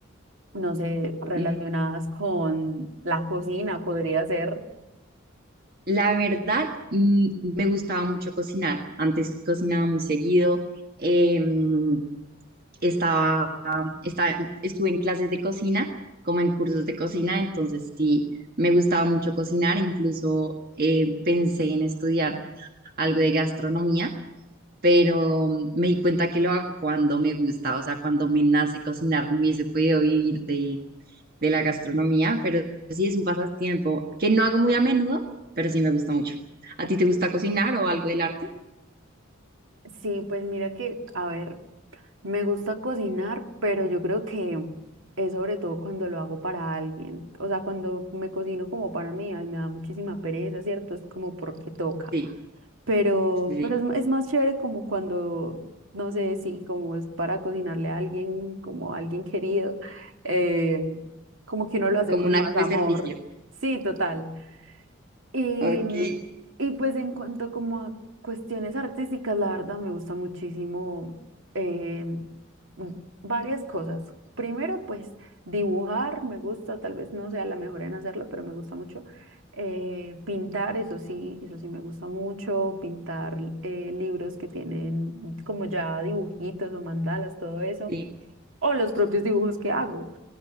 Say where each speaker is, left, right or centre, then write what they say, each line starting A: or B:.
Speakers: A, on the right (about 65°); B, on the right (about 45°).
A: no sé, relacionadas
B: Mm,
A: con la cocina, podría ser.
B: La verdad, mm, me gustaba mucho cocinar. Antes cocinaba muy seguido. Em, estaba, estaba, estuve en clases de cocina, como en cursos de cocina, entonces sí, me gustaba mucho cocinar, incluso eh, pensé en estudiar algo de gastronomía, pero mm, me di cuenta que lo hago cuando me gusta, o sea, cuando me nace cocinar, no hubiese podido vivir de, de la gastronomía, pero sí es un pasatiempo que no hago muy a menudo, pero sí me gusta mucho. ¿A ti te gusta cocinar o algo del arte?
A: Sí, pues mira que, a ver, me gusta cocinar, pero yo creo que es sobre todo cuando lo hago para alguien. O sea, cuando me cocino como para mí, ay, me da muchísima pereza, ¿cierto? Es como porque toca.
B: Sí,
A: Pero,
B: sí, sí,
A: pero es, ma- es más chévere como cuando, no sé, si como es para cocinarle a alguien, como a alguien querido, eh, como que uno lo hace
B: como
A: con
B: un
A: más
B: acto de
A: amor.
B: servicio.
A: Sí, total. Y,
B: Ok,
A: mm, y pues en cuanto como a cuestiones artísticas, la verdad me gusta muchísimo eh, mm, varias cosas. Primero, pues dibujar me gusta, tal vez no sea la mejor en hacerlo, pero me gusta mucho. Eh, pintar, eso sí, eso sí me gusta mucho. Pintar eh, libros que tienen como ya dibujitos o mandalas, todo eso
B: sí.
A: o los propios dibujos que hago.